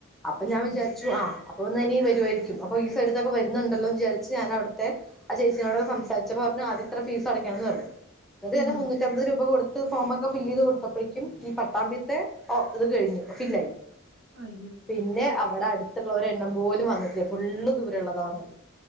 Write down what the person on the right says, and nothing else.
ഉം
ഉം
ആഹ്
അയ്യോ